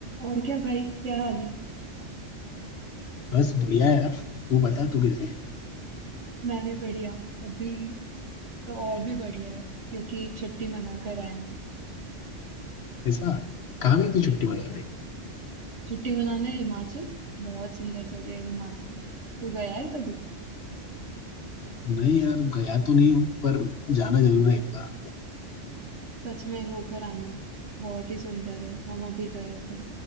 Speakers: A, on the right; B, on the left.
A: और क्या भाई क्या हाल है
B: बस बढ़िया है यार तू बता तू कैसी है
A: मैं भी बढ़िया अभी तो और भी बढ़िया है क्योंकि एक छुट्टी मना कर आए हैं
B: ऐसा कहाँ गई थी छुट्टी बना रही
A: छुट्टी मनाने हिमाचल बहुत सुंदर जगह है हिमाचल तू गया है कभी
B: नहीं यार गया तो नहीं हूँ पर जाना जरूर है एक बार
A: सच में होकर आना बहुत ही सुंदर है हम अभी गए थे